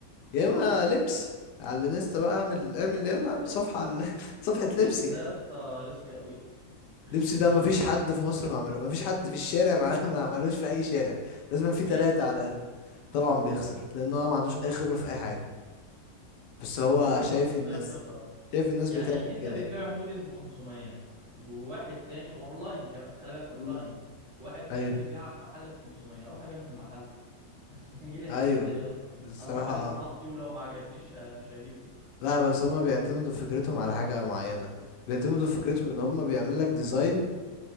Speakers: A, on the left; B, on the right.
A: يا اما لبس على الانستا بقى اعمل اعمل يلا اعمل
B: <laughs>
A: صفحة على <laughs> صفحة
B: اللبس
A: لبس يعني
B: ده يا اسطى ريسك قوي ريسك
A: لبس ده
B: قوي
A: مفيش
B: اللبس
A: حد في مصر ما عمله مفيش حد في الشارع ما <laughs> ما عملوش في اي شارع لازم في
B: وبيخسر
A: تلاتة على الاقل طبعا بيخسر لان هو ما عندوش اي خبرة في اي حاجة بس هو
B: سيبك من-
A: شايف
B: ما عندوش
A: الناس
B: اي خبره
A: شايف الناس
B: يعني
A: بتعمل
B: انت
A: كده
B: بتبيع
A: يعني
B: هوديز ب 500 وواحد تاني اونلاين كمان خلي بالك اونلاين
A: مم.
B: واحد تاني
A: ايوه
B: بيبيعها في محل ب 500 روح اجيبها من المحل <laughs> اجي لك
A: ايوه
B: انت ليه يا اسطى
A: الصراحة
B: انا اروح اقيس براحتي
A: اه
B: ولو ما عجبنيش ه- مش هجيب
A: لا بس هما بيعتمدوا في فكرتهم على حاجة معينة بيعتمدوا في فكرتهم ان هما بيعمل لك ديزاين